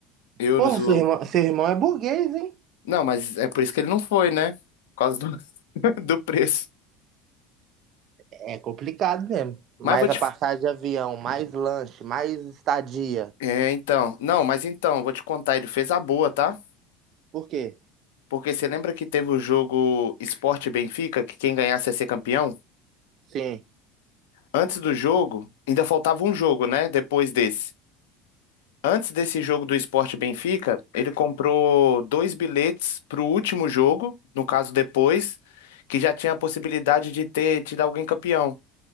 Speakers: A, on the left (about 65°); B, on the right (about 45°).
A: euros
B: Porra,
A: o.
B: seu irmão, seu irmão é burguês, hein?
A: Não, mas é por isso que ele não foi, né? Por causa do, <laughs> do preço.
B: É complicado mesmo. Mais
A: Mas vou te.
B: a passagem de avião, mais lanche, mais estadia.
A: É, então. Não, mas então, vou te contar, ele fez a boa, tá?
B: Por quê?
A: Porque você lembra que teve o jogo Sport e Benfica, que quem ganhasse ia ser campeão?
B: Sim,
A: Antes do jogo, ainda faltava um jogo, né? Depois desse. Antes desse jogo do Sport Benfica, ele comprou dois bilhetes para o último jogo, no caso depois, que já tinha a possibilidade de ter tido alguém campeão.